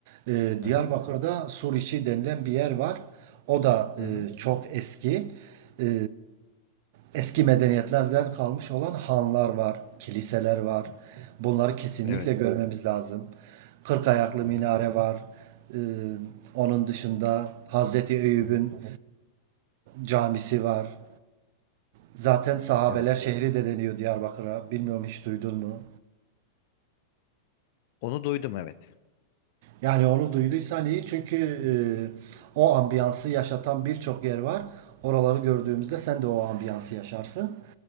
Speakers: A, on the right; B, on the left.
A: Ee, Diyarbakır'da
B: Hı hı.
A: Suriçi denilen bir yer var. O da e,
B: Hı hı.
A: çok eski. Ee, eski medeniyetlerden kalmış olan hanlar var, kiliseler var.
B: Hı.
A: Bunları kesinlikle
B: Evet.
A: Evet. görmemiz lazım. Kırk ayaklı
B: Hı
A: minare
B: hı.
A: var. Ee, onun dışında Hazreti Eyüp'ün
B: Hı hı.
A: camisi var. Zaten sahabeler
B: Evet.
A: şehri de deniyor Diyarbakır'a. Bilmiyorum hiç duydun mu?
B: Onu duydum evet.
A: Yani onu duyduysan iyi çünkü
B: Hı hı.
A: e, o ambiyansı yaşatan birçok yer var. Oraları gördüğümüzde sen de o ambiyansı yaşarsın.